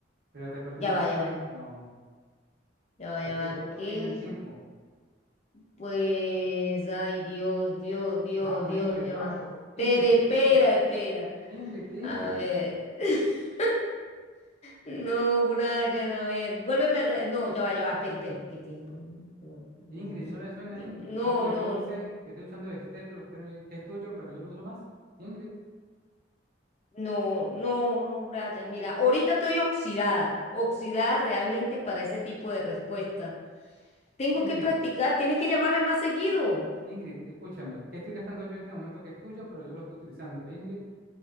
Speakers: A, on the right; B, on the left.
A: Pero te pertenece
B: Ya va, ya
A: y lo...
B: va,
A: No,
B: ya va,
A: porque
B: ya va.
A: todos
B: ¿Qué?
A: tienen tiempo.
B: Pues, ay, Dios, Dios, Dios,
A: Vamos,
B: Dios,
A: Ingrid,
B: ya
A: vamos.
B: va.
A: Ingrid,
B: Espera, espera,
A: Ingrid,
B: espera.
A: Ingrid, Ingrid.
B: A ver. <laughs> No, Brian, a ver. Vuélveme a... re- No, ya va, ya va. Espera, espera. ¿Qué tiempo? No, no, no.
A: Ingrid,
B: uso.
A: ¿no le suena
B: No,
A: a Ingrid? Algo que
B: no,
A: yo use,
B: no.
A: que estoy usando de usted, pero usted no le- que es tuyo, pero yo lo uso más. Ingrid,
B: No, no, no, Brian. Mira, ahorita estoy oxidada, oxidada realmente para ese tipo de respuesta. Tengo
A: Ingrid,
B: que practicar, tienes que llamarme más seguido.
A: Ingrid, que escúchame. ¿Qué estoy gastando yo en este momento que es tuyo, pero yo lo estoy utilizando? Ingrid,